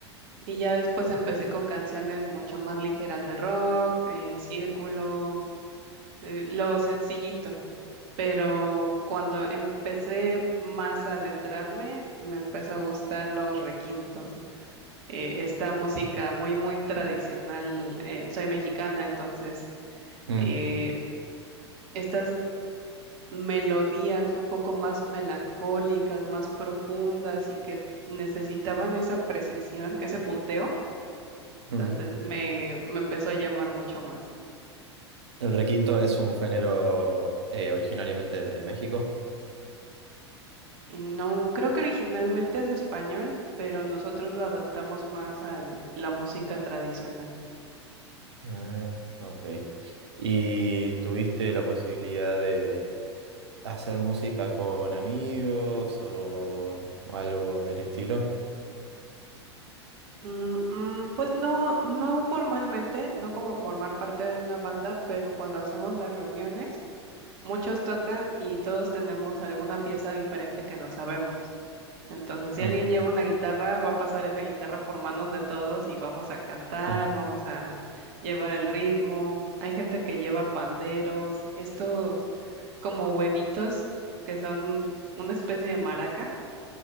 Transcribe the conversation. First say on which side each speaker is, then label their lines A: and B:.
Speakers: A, on the right; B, on the right.
A: Y ya después empecé con canciones mucho más ligeras de rock, eh, círculos, eh, lo sencillito. Pero cuando empecé más a adentrarme, me empezó a gustar los requintos. eh, esta música muy, muy tradicional. eh, soy mexicana, entonces
B: mm,
A: eh, estas melodías un poco más melancólicas, más profundas y que necesitaban esa precisión, ese punteo
B: mm.
A: Entonces me, me empezó a llamar mucho más.
B: ¿El requinto es un género eh, originariamente de México?
A: Y no, creo que originalmente es español, pero nosotros lo adaptamos más a la música tradicional.
B: Ah, ok. ¿Y tuviste la posibilidad de hacer música con amigos o algo del estilo?
A: Mm, mm, pues no, no formalmente, no como formar parte de una banda, pero cuando hacemos las reuniones, muchos tocan y todos tenemos alguna pieza diferente que no sabemos. Entonces, si
B: Mm,
A: alguien lleva una guitarra, va a pasar esa guitarra por manos de todos y vamos a cantar,
B: mm.
A: vamos a llevar el ritmo. Hay gente que lleva panderos, estos como huevitos que son una especie de maraca,